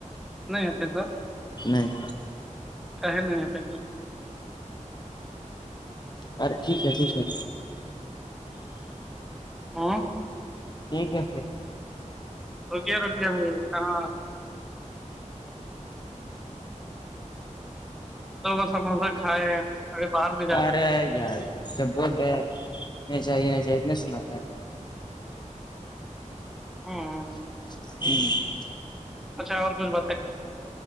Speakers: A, in the centre; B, on the left.
A: نہیں ہے پیسہ
B: نہیں
A: کہی نہیں ہے پیسے
B: ارے ٹھیک ہے ٹھیک ہے
A: ہاں
B: ٹھیک ہے پھر
A: روک دیا روک دیا کہاں تووہ سموسا کھائے ابھی باہر میں جا
B: ارے
A: کر کے
B: یار جب بول رہے ہیں نہیں چاہیے نہیں چاہیے اتنا سناا
A: ہوں
B: <unintelligible>
A: اچھا اور کچھ بتانے